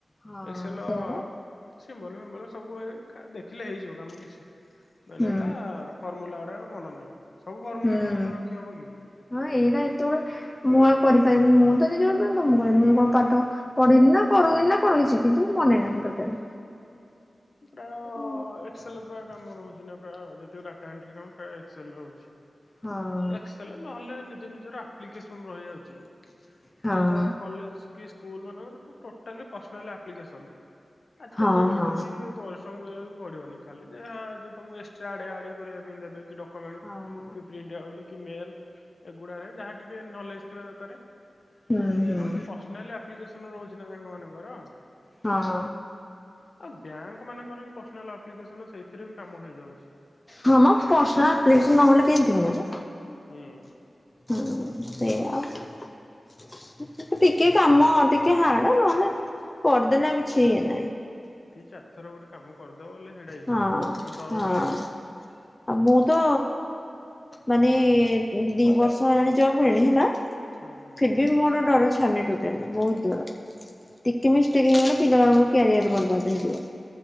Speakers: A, on the left (about 20°); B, on the left (about 60°).
A: ହଁ
B: ଏକ୍ସେଲ
A: ସେଇଆ ବା
B: ସିମ୍ବଲ ଫିମ୍ବଲ୍ ସବୁ ହେ ଦେଖିଲେ ହେଇଯିବ କାମ କିଛି ମେନ୍
A: ହୁଁ
B: ହେଲା ଫର୍ମୁଲା ଗୁଡା ମନେ ନାହିଁ। ସବୁ ଫର୍ମୁଲା
A: ହୁଁ
B: କଣ ମନେ ରଖି ହବ କି?
A: ହଁ ଏଇଟା ଏତେ ଗଡ ମୁଁ ଆଉ କରିପାରିବିନି ମୁଁ ତ ନିଜ ତ ମୁଁ କରିବି ଯଉ କଣ ପାଠ ପଢନି ନା କରନି ନା କଣ କିଛି କିନ୍ତୁ ମନେ
B: ହୁଁ
A: ନାହିଁ
B: ହୁଁ।
A: ଟୋଟାଲ।
B: ପ୍ରାୟ
A: ହଁ
B: ଏକ୍ସଲ ପ୍ରାୟ କାମ ରହୁଛି ନା ପ୍ରାୟ ଯେତେକ ଡାଟା ଏଣ୍ଟ୍ରି କାମ ପ୍ରାୟ ଏକ୍ସଲ ରହୁଛି।
A: ହଁ।
B: ଏକ୍ସଏଲ ନହେଲେ ନିଜ ନିଜର ଆପ୍ଲିକେସନ ରହିଯାଉଛି
A: ହଁ
B: ଯିଏ ଯାହାର କଲେଜ କି ସ୍କୁଲ୍ ମାନଙ୍କର ଟୋଟାଲି ପର୍ସନାଲ୍ ଆପ୍ଲିକେସନ୍ ଆଜିକାଲି
A: ହଁ
B: ଡେଟରେ
A: ହଁ।
B: କିଛି ପରିଶ୍ରମ କରିବାକୁ ପଡିବନି ଖାଲି ଯେ ତମକୁ ଏକ୍ସଟ୍ରା ଆଡେ ଆଡେଇ କରିବା ପାଇଁ ଦେବେ କି ଡ ମେଣ୍ଟ
A: ହଁ
B: କି ପ୍ରିଣ୍ଟ ଆଉଟ୍ କି ମେଲ ଏଗୁଡାରେ ଯାହା ଟିକେ ନଲେଜ ଥିବା ଦରକାର।
A: ହୁଁ ହୁଁ
B: ନହେଲେ ପର୍ସନାଲି ଆପ୍ଲିକେସନ ରହୁଛି ନା ତାଙ୍କ ମାନଙ୍କର।
A: ହଁ।
B: ଆଉ ବ୍ୟାଙ୍କ ମାନଙ୍କର ବି ପର୍ସନାଲ ଆପ୍ଲିକେସନ ସେଇଥିରେ ବି କାମ ହେଇଯାଉଛି।
A: ହଁ ମ ପର୍ସନାଲ୍ ଆପ୍ଲିକେସନ ନହେଲେ କେନ୍ତି ହବ ଯେ?
B: ହୁଁ।
A: ହୁଁ ସେୟା ଆଉ ଟିକେ କାମ ଟିକେ ହାର୍ଡ ନହେଲେ କରିଦେଲା କିଛି ଇଏ ନାହିଁ।
B: ଦି ଚାରିଥର ଗୋଟେ କାମ କରିଦବ ବଲେ ହେଇଟା ଇଜି
A: ହଁ
B: ଲାଗିବ ତମ ଡର
A: ହଁ।
B: ବି ଲାଗିବନି।
A: ଆଉ ମୁଁ ତ ମାନେ ଦି ବର୍ଷ ହେଲାଣି ଜବ କଲିଣି ହେଲା।
B: ହୁଁ ହୁଁ ହୁଁ
A: ଫିର ବି ମୋର ଡର ଛାଡୁନି ଟୋଟାଲି ବହୁତ ଡର ଟିକେ ମିଷ୍ଟେକ
B: ନାଇଁ
A: ହେଇଗଲେ ପିଲାମାନଙ୍କ କ୍ୟାରିଅର ବର୍ବାଦ ହେଇଯିବ।